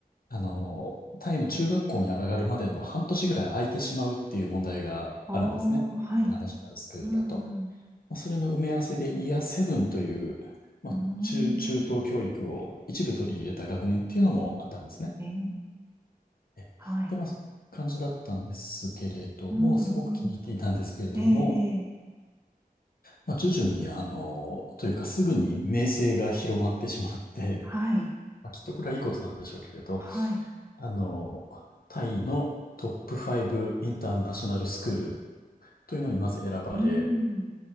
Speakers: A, on the left (about 70°); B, on the right (about 15°).
A: あの、タイの中学校に上がるまでの半年ぐらい空いてしまうっていう問題があるんですね。
B: ああ、はい。
A: インターナショナルスクールだと。
B: うん、うん。
A: まあそれの埋め合わせでイヤーセブンという、まあ、
B: うーん。
A: 中、中等教育を一部取り入れた学年っていうのもあったんですね。
B: ええ、
A: えで、
B: はい。
A: まあ、そういう感じだったんですけれども、
B: うん、
A: すごく気に入っていたんですけれども、
B: うん。ええ、ええ。
A: まあ、徐々に、あの、というかすぐに名声が広まってしまって、
B: はい。
A: まあ、きっとこれはいいことなんでしょうけれど、
B: はい。
A: あの、タイのトップ5イブインターナショナルスクールというのにまず選ばれ、
B: うん。